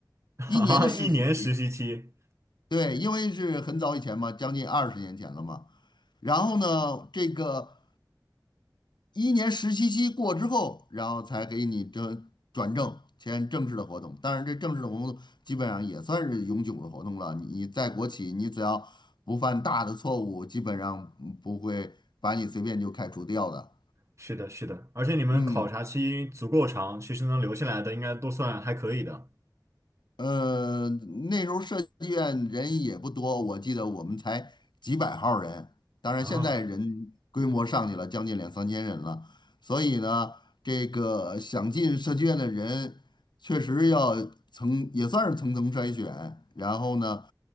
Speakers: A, on the right; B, on the left.
A: <laughs> 啊，
B: 一年的实习期。
A: 一年实习期，
B: 对，因为是很早以前嘛，将近二十年前了嘛。然后呢，这个一年实习期过之后，然后才给你这转正，签正式的合同。当然，这正式的合同基本上也算是永久的合同了。你在国企，你只要不犯大的错误，基本上不会把你随便就开除掉的。
A: 是的，是的，而且你们考察期足够长，
B: 嗯。
A: 其实能留下来的应该都算还可以的
B: 呃，那时候设计院人也不多，我记得我们才几百号儿人，当然现在人规模上去了，
A: 啊，
B: 将近两三千人了。所以呢，这个想进设计院的人，确实要层也算是层层筛选。然后呢，